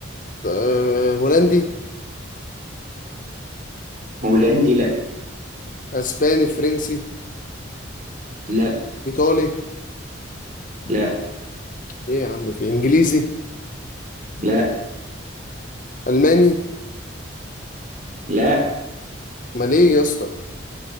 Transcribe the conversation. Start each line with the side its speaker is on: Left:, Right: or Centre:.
Left: أه... هولندي
Right: هولندي لأ
Left: أسباني فرنسي
Right: لأ
Left: إيطالي
Right: لأ
Left: إيه يا عم في إنجليزي
Right: لأ
Left: ألماني
Right: لأ
Left: أمال إيه يا اسطى